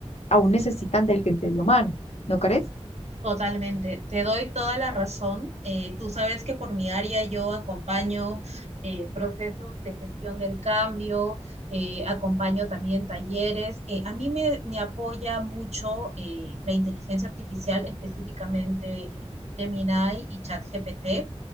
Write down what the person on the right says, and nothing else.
Totalmente, te doy toda la razón. Eh, tú sabes que por mi área yo acompaño eh, procesos de gestión del cambio, eh, acompaño también talleres. Eh, a mí me, me apoya mucho eh, la inteligencia artificial, específicamente eh, Gemini y ChatGPT